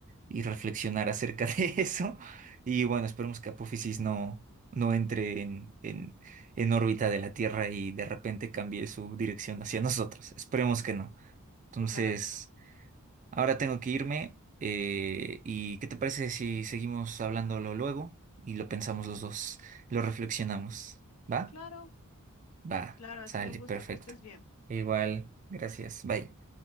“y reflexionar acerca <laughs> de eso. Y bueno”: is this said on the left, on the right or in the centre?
Right